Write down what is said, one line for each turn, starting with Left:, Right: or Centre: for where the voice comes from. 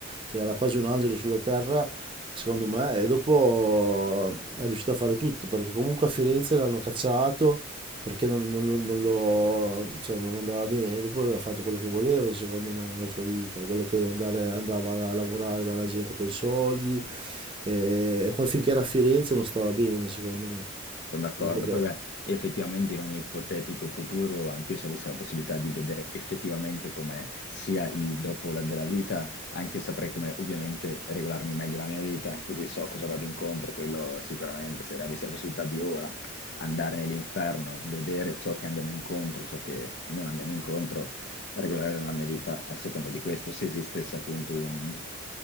Right: Cioè, era quasi un angelo sulla terra, secondo me, e dopo è riuscito a fare tutto, perché comunque a Firenze l'hanno cacciato perché non, non- non lo- cioè, non andava bene, dopo ha fatto quello che voleva secondo me nella sua vita, quello che andare- andava a lavorare dalla gente con i soldi, e, e poi finché era a Firenze non stava bene secondo me,
Left: Sono d'accordo.
Right: dopo che...
Left: Poi, beh, effettivamente in un ipotetico futuro, anch'io se avessi la possibilità di vedere effettivamente come sia il dopo la- della vita, anch'io saprei come ovviamente regolarmi meglio la mia vita, così so cosa vado incontro, quello sicuramente, se avessi la possibilità di ora andare nell'inferno, vedere ciò che andiamo incontro, ciò che non andiamo incontro, regolare la mia vita a seconda di questo, se esistesse appunto un